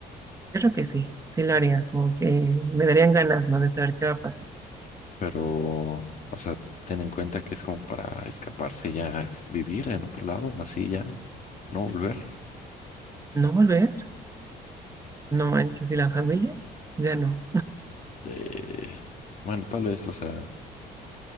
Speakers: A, on the right (about 20°); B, on the left (about 50°).
A: yo creo que sí, sí lo haría, como que me darían ganas, ¿no? De saber qué va a pasar.
B: Pero, o sea, ten en cuenta que es como para escaparse ya, vivir en otro lado, así ya, no volver.
A: ¿No volver? No manches, ¿y la familia? Ya no.
B: Eh, bueno, tal vez, o sea,